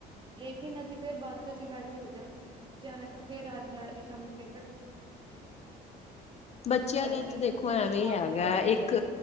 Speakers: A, on the right; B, on the left.
A: ਲੇਕਿਨ ਅਸੀਂ ਫਿਰ ਬਾਦ 'ਚੋਂ ਅਸੀਂ ਬੈਠ ਕੇ ਬੱਚਿਆਂ ਨੂੰ ਬੱਚਿਆਂ ਨੇ ਤਾਂ ਫੇਰ ਅੱਜ ਲੜ ਕੇ ਸ਼ਾਮੀ ਫੇਰ ਕੱ
B: ਬੱਚਿਆਂ
A: ਲੜ
B: ਦਾ
A: ਇੱਕ
B: ਤਾਂ ਦੇਖੋ
A: ਦੂਜੇ
B: ਐਵੇਂ
A: ਦਾ ਸਾਥ
B: ਹੈਗਾ
A: ਤੇ ਹੈ ਹੀ
B: ਐ ਇੱਕ